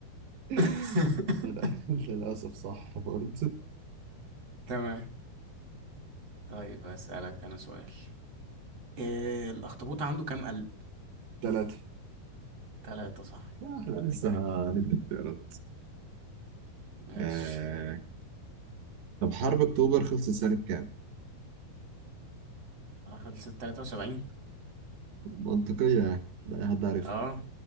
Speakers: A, on the right; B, on the right.
A: <laughs>
B: <laughs>
A: لل- للأسف صح برضه
B: تمام طيب أسألك أنا سؤال إيه الأخطبوط عنده كام قلب؟
A: ثلاثة
B: تلاتة صح
A: احنا لسه هندي اختيارات
B: ماشي
A: آه... طب حرب أكتوبر خلصت سنة كام؟
B: آه، خلصت تلاتة وسبعين
A: منطقية يعني لا أي حد عارف
B: اه